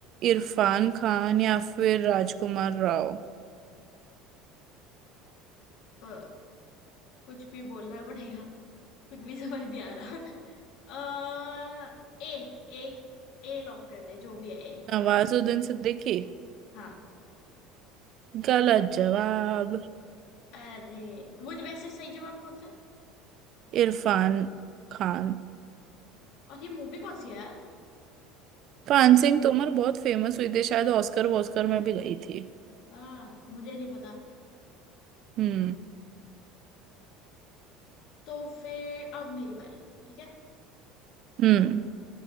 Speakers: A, on the right; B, on the left.
A: इरफान खान या फिर राजकुमार राव
B: अ, कुछ भी बोलना पड़ेगा कुछ भी समझ नहीं आ रहा अ, ए ए ए लॉक कर दे जो भी है ए पता
A: नवाजुद्दीन
B: नहीं
A: सिद्दीकी
B: हाँ
A: गलत जवाब
B: अरे वो जो- वैसे सही जवाब कौन सा है
A: इरफान खान
B: और ये मूवी कौन सी है यार
A: पान सिंह तोमर बहुत फेमस हुई थी शायद ऑस्कर वॉस्कर में भी गई थी
B: हाँ मुझे नहीं पता
A: हम्म
B: तो फिर अब मेरी बारी ठीक है
A: हम्म